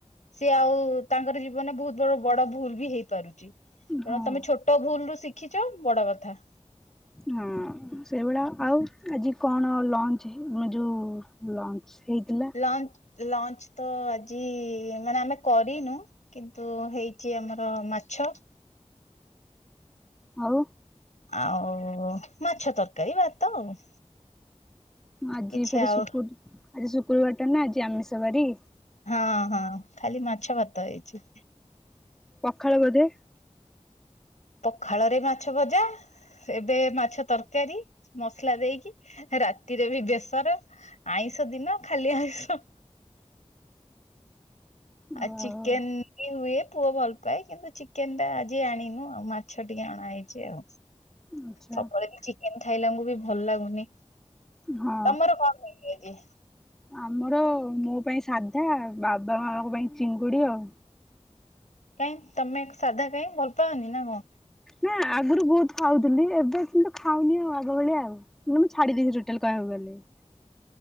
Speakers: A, on the left; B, in the centre.
A: ସିଏ ଆଉ ତାଙ୍କର ଜୀବନରେ ବହୁତ ବଡ ବଡ ଭୁଲ ବି ହେଇପାରୁଛି। ତେଣୁ
B: ହଁ।
A: ତମେ ଛୋଟ ଭୁଲରୁୁ ଶିଖିଛ ବଡ କଥା।
B: ହଁ ସେଇଭଳିଆ ଆଉ ଆଜି କଣ ଲଞ୍ଚ ହେ ଯୋଉ ଲଞ୍ଚ ହେଇଥିଲା।
A: ଲଞ୍ଚ ଲଞ୍ଚ ତ ଆଜି ମାନେ ଆମେ କରିନୁ। କିନ୍ତୁ ହେଇଛି ଆମର ମାଛ।
B: ଆଉ।
A: ଆଉ ମାଛ ତରକାରୀ ଭାତ ଆଉ।
B: ଆଜି
A: କିଛି
B: ଫେରେ
A: ଆଉ
B: ଶୁକୁର ଆଜି ଶୁକ୍ରବାରଟା ନା ଆଜି ଆମିଷ ବାରି।
A: ହଁ ହଁ ଖାଲି ମାଛ ଭାତ ହେଇଛି।
B: ପଖଳ ବୋଧେ।
A: ପଖାଳ ରେ ମାଛ ଭଜା। ଏବେ ମାଛ ତରକାରୀ ମସଲା ଦେଇକି ରାତିରେ ବି ବେସର। ଆଇଁଷ ଦିନ ଖାଲି ଆଇଁଷ।
B: ଓହୋ
A: ଆଉ ଚିକେନ ବି ହୁଏ ପୁଅ ଭଲ ପାଇ କିନ୍ତୁ ଚିକେନ ଟା ଆଜି ଆଣିନୁ ଆଉ ମାଛ ଟିକେ ଅଣା ହେଇଛି ଆଉ।
B: ଆଚ୍ଛା
A: ସବୁବେଳେ ବି ଚିକେନ ଖାଇଲେ ଆମକୁ ବି ଭଲ ଲାଗୁନି।
B: ହଁ।
A: ତମର କଣ ହେଇଛି ଆଜି
B: ଆମର ମୋ ପାଇଁ ସାଧା ବାବା ମାଙ୍କ ପାଇଁ ଚିଙ୍ଗୁଡି ଆଉ।
A: କାଇଁ ତମେ ସାଧା କାଇଁ ଭଲ ପାଅନି ନା କଣ।
B: ନା ଆଗରୁ ବହୁତ ଖାଉଥିଲି ଏବେ କିନ୍ତୁ ଖାଉନି ଆଉ ଆଗ ଭଳିଆ ଆଉ। ମାନେ ମୁଁ ଛାଡି ଦେଇଛି ଟୋଟାଲ କହିବାକୁ ଗଲେ।